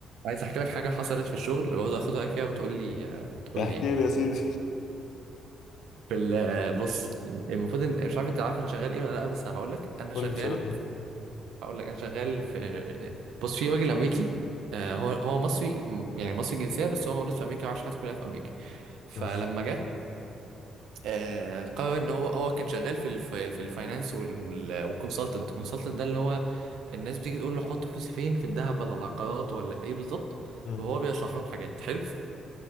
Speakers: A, on the right (about 80°); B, on the left (about 70°).
A: عايز احكي لك حاجه حصلت في الشغل برضه اخد رايك فيها وتقول لي تقول
B: احكي
A: لي يعني
B: لي يا سيدي
A: في ال- آه، بص المفروض ان مش عارف انت عارف انا شغال ايه ولا لا بس هقول لك
B: <laughs>
A: انا
B: قول
A: شغال
B: لي انت شغال ايه
A: هقول لك انا شغال في بص في راجل امريكي آه، هو هو مصري م- يعني مصري الجنسيه بس هو مولود في امريكا وعاش حياته كلها في امريكا فلما
B: ماشي
A: جه آه، قرر ان هو هو كان شغال في الف... في الفاينانس والكونسلتنت الكونسلتنت ده اللي هو الناس بتيجي تقول له حط فلوسي فين في الذهب ولا العقارات ولا ايه بالظبط
B: مم.
A: وهو بيشرح لهم حاجات حلو